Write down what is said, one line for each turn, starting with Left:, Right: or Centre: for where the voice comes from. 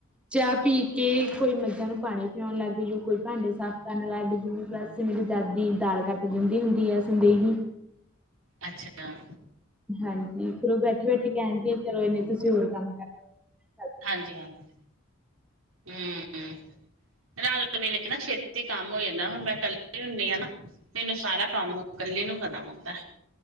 Centre: ਚਾਹ
Right: ਹਮ,
Centre: ਪੀ ਕੇ ਕੋਈ ਮਰਜ਼ ਨੂੰ ਪਾਣੀ ਪਿਉਣ ਲੱਗ ਜੂ ਕੋਈ ਭਾਂਡੇ ਸਾਫ਼ ਕਰਨ ਲੱਗ ਜੂ ਬਸ ਮੇਰੀ ਦਾਦੀ ਦਾਲ ਕੱਟ ਦਿੰਦੀ ਹੁੰਦੀ ਆ ਸੰਦੇਹੀ।
Right: ਅੱਛਾ।
Centre: ਹਾਂਜੀ ਫਿਰ ਉਹ ਬੈਠੇ ਬੈਠੇ ਕਹਿਣਗੇ ਚਲੋ ਇਨੇ ਤੁਸੀਂ ਹੋਰ ਕੰਮ ਕਰ ਲੋ।
Right: ਹਾਂਜੀ ਹਾਂਜੀ ਹਮ। ਰਲ ਮਿਲ ਕੇ ਨਾ ਛੇਤੀ ਕੰਮ ਹੋ ਜਾਂਦਾ ਹੁਣ ਮੈਂ ਕੱਲੀ ਹੁੰਦੀ ਹਾਂ ਨਾ ਮੈਨੂੰ ਸਾਰਾ ਕੰਮ ਹ ਕੱਲੇ ਨੂੰ ਕਰਨਾ ਪੈਦਾਂ।